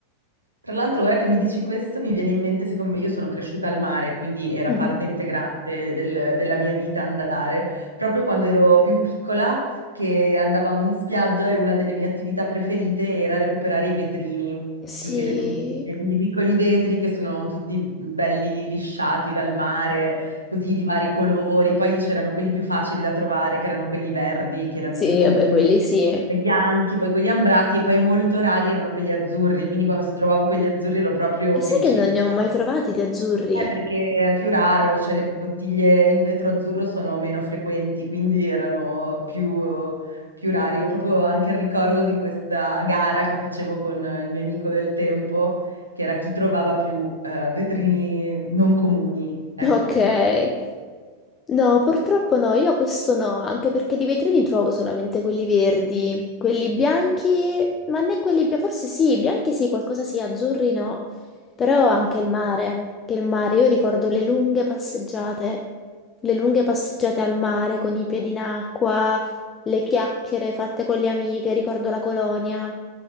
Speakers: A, on the right; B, on the left.
A: Tra l'altro, ora che mi dici questo, mi viene in mente, siccome io sono cresciuta al mare, quindi era
B: Mhm.
A: parte integrante del- della mia vita andare, proprio quando ero più piccola, che andavamo in spiaggia e una delle mie attività preferite era recuperare i vetrini,
B: Sì,
A: più che le conchiglie, quindi i piccoli vetri che sono tutti belli lisciati dal mare, così di vari colori. Poi c'erano quelli più facili da trovare, che erano quelli verdi, che erano
B: sì,
A: i più comuni
B: vabbè, quelli sì. E
A: poi bianchi, poi quelli ambrati e poi molto rari erano quelli azzurri, quindi quando trovavo quelli azzurri ero proprio
B: sai
A: felicissima.
B: che non ne ho mai trovati di azzurri?
A: Eh, perché è più raro, cioè le bottiglie in vetro azzurro sono meno frequenti, quindi erano più, più rari. Ho proprio anche il ricordo di questa gara che facevo con il mio amico del tempo, che era chi trovava più eh, vetrini non comuni, ecco.
B: Ok. No, purtroppo no, io questo no, anche perché di vetrini trovo solamente quelli verdi, quelli bianchi, ma né quelli bia- forse sì, bianchi sì, qualcosa sì, azzurri no, però anche il mare, che il mare, io ricordo le lunghe passeggiate, le lunghe passeggiate al mare con i piedi in acqua, le chiacchiere fatte con le amiche, ricordo la colonia.